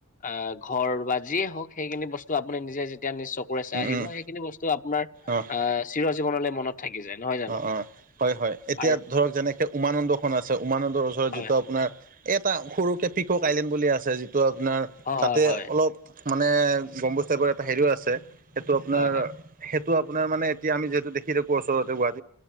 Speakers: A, on the left; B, on the right.
A: আ ঘৰ বা যিয়ে হওক সেইখিনি বস্তু আপুনি নিজে যেতিয়া নিজ চকুৰে চাই
B: উম,
A: আহিব
B: উম,
A: সেইখিনি বস্তু আপোনাৰ
B: অ',
A: আ চিৰ জীৱনলৈ মনত থাকি যায়, নহয় জানো?
B: অ', অ'। হয়- হয় এতিয়া
A: আৰু
B: ধৰক যেনেকে উমানন্দখন আছে উমানন্দৰ ওচৰত
A: হয়,
B: যিটো আপোনাৰ এটা সৰুকে পিকক আইলেণ্ড বুলি আছে যিটো আপোনাৰ
A: হয়,
B: তাতে
A: হয়,
B: অলপ মানে গম্বোজ টাইপৰ এটা হেৰিও আছে। সেইটো আপোনাৰ
A: হয়, হয়,
B: সেইটো আপোনাৰ মানে এতিয়া আমি যিহেতু দেখি থাকো ওচৰতে গোৱাহাটী